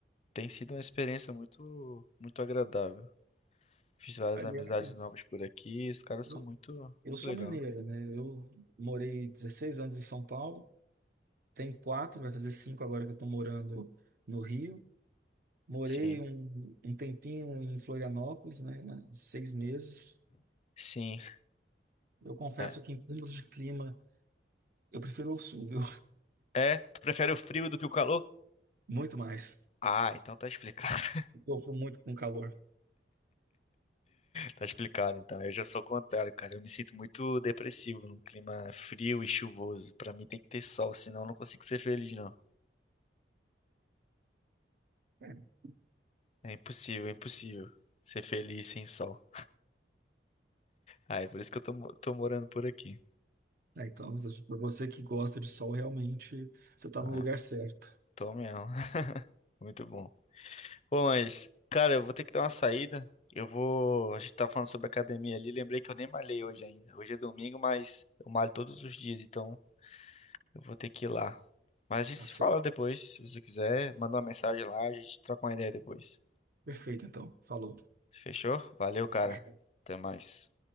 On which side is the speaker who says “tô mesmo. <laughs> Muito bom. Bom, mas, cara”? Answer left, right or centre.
Left